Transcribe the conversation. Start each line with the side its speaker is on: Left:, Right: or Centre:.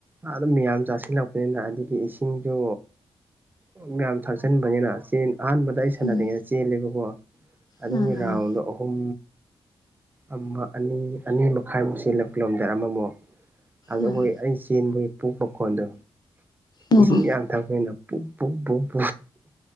Right: ꯑꯗꯨꯝ ꯌꯥꯝ ꯆꯥꯁꯤꯜꯂꯛꯄꯅꯤꯅ ꯑꯗꯒꯤ ꯏꯁꯤꯡꯁꯨ ꯃꯌꯥꯝ ꯊꯥꯛꯆꯟꯕꯅꯤꯅ ꯆꯦꯟ ꯑꯍꯥꯟꯕꯗ ꯑꯩ ꯁꯥꯟꯅ꯭ꯔꯤꯉꯩ
Left: ꯎꯝ
Right: ꯆꯦꯜꯂꯦꯕꯀꯣ ꯑꯗꯨꯒꯤ
Left: ꯎꯝ
Right: ꯔꯥꯎꯟꯗꯣ <unintelligible> ꯑꯍꯨꯝ ꯑꯃ ꯑꯅꯤ ꯑꯅꯤ ꯃꯈꯥꯏꯃꯨꯛ ꯁꯤꯜꯂꯝ ꯀꯤꯂꯣꯃꯤꯇꯔ ꯑꯃꯃꯨꯛ ꯑꯗꯨꯒ
Left: ꯎꯝ
Right: ꯑꯩ ꯆꯦꯟꯕꯩ ꯄꯨꯛ ꯃꯈꯣꯟꯜꯗꯣ
Left: ꯎꯝ
Right: ꯏꯁꯤꯡ ꯌꯥꯝ ꯊꯛꯄꯅ ꯄꯨꯛ ꯄꯨꯛ ꯄꯨꯛ